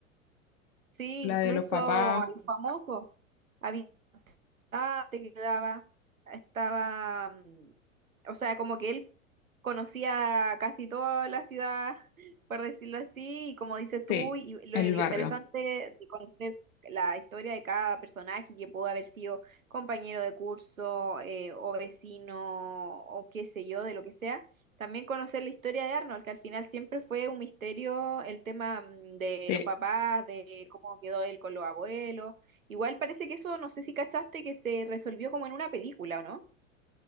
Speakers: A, on the right (about 75°); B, on the left (about 40°).
A: sí,
B: la
A: incluso
B: de los papás,
A: a los famosos. Había estaba, te quedaba, estaba, mm, o sea, como que él conocía casi toda la ciudad, <laughs> por decirlo así, y como dices tú,
B: sí,
A: y lo,
B: el
A: lo
B: barrio,
A: interesante de conocer la historia de cada personaje que pudo haber sido compañero de curso, eh, o vecino, o qué sé yo, de lo que sea. También conocer la historia de Arnold, que al final siempre fue un misterio el tema mm, de
B: sí.
A: los papás, de cómo quedó él con los abuelos Igual parece que eso, no sé si cachaste, que se resolvió como en una película, ¿o no?